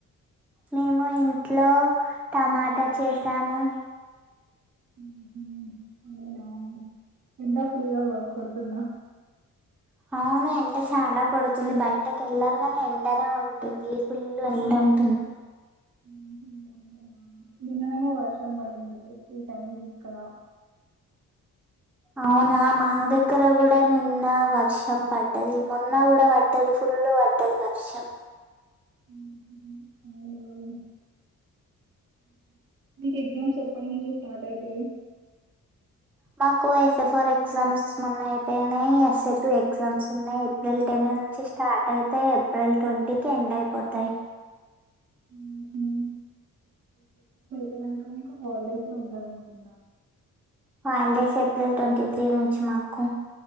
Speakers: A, in the centre; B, on the right.
A: మేము ఇంట్లో టమాటా చేసాము
B: హుహు. అవునా! ఎండ ఫుల్గా కొడుతుందా
A: అవును ఎండ చాలా కొడుతుంది బయటకి యెళ్ళంగనే ఎండనే ఉంటుంది ఫుల్ ఎండ ఉంటుంది
B: హుహు. అవునా! నిన్ననేమో వర్షం పడింది ఈ టైం కి ఇక్కడ
A: అవునా మా దగ్గర కూడా నిన్న వర్షం పడ్డది మొన్న కూడా పడ్డది ఫుల్ పడ్డది వర్షం
B: మ్ హూ అవునా మీకు ఎగ్జామ్స్ ఎప్పటి నుంచి స్టార్ట్ అయితాయి
A: మాకు ఎఫ్ఏ ఫోర్ ఎగ్జామ్స్ మొన్న అయిపోయినయి ఎస్ఏ టూ ఎగ్జామ్స్ ఉన్నాయి ఏప్రిల్ టెన్ నుంచి స్టార్ట్ అయితాయి ఏప్రిల్ ట్వంటీకి ఎండ్ అయిపోతాయి
B: హుహు. అయిపోయినాక హాలిడేస్ ఉంటయ్ అనుకుంటా
A: హాలిడేస్ ఏప్రిల్ ట్వంటీ త్రీ నుంచి మాకు